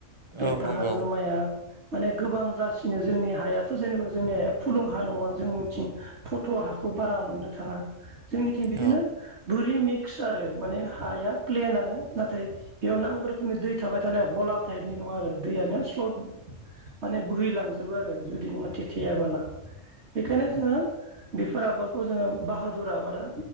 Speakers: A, on the right; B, on the right.
A: बेे
B: औ
A: बाहादुर
B: नंगौ
A: माइआ माने गोबां जासिनो जोंनि हायाथ जेनेबा जोंनि हाया फुलुं हा नङा जों मिथिं फट हाखौ बारा मोननो थाङा जोंनिथिं बिदिनो
B: औ
A: बोरि मि क्स आरो माने हाया प्लेनानो नाथाय बेयाव नांगौ रोखोमनि दै थाबाय थानाय हला टाइप नङा आरो दैयानो स्लड माने बोहैलांजोबो आरो जुडि नों थेड थेयाबोला बेखायनो जोङो बेफोर आबादखौ जोङो बाहादुर आबादा